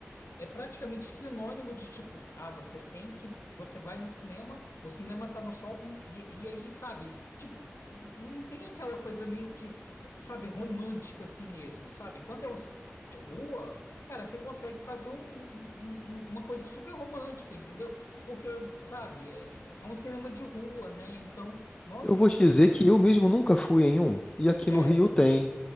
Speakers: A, on the left; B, on the left.
A: É praticamente sinônimo de tipo, ah, você tem que, você vai no cinema, o cinema tá no shopping, e, e aí, sabe, tipo, n- não tem aquela coisa meio que, sabe, romântica assim mesmo, sabe? Quando é um cinema de rua, cara, você consegue fazer um- um- um- um- um, uma coisa super romântica, entendeu? Porque, sabe, é, é um cinema de rua, né? Então, nossa,
B: Eu vou
A: eu,
B: te dizer que eu mesmo nunca fui em um. E aqui
A: sério?
B: no Rio tem.